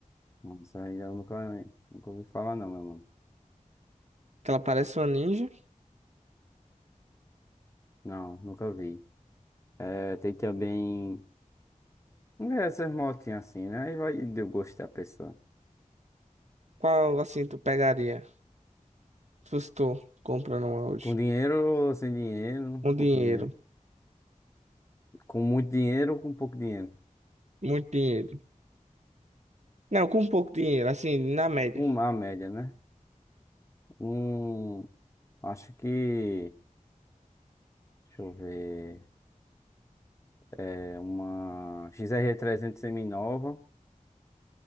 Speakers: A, on the left; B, on the right.
A: Não, Essa aí eu nunca, nunca ouvi falar, não, meu mano.
B: que ela parece uma ninja.
A: Não, nunca vi. É, tem também. Essas motinhas assim, né? Aí vai do gosto da pessoa.
B: Qual, assim, tu pegaria? Se fosse tu comprando uma hoje.
A: Com dinheiro ou sem dinheiro?
B: Um dinheiro,
A: Pouco dinheiro. Com muito dinheiro ou com pouco dinheiro?
B: muito dinheiro. Não, com pouco dinheiro, assim, na média.
A: Uma média, né? Um, acho que, deixa eu ver, é uma XR300 seminova,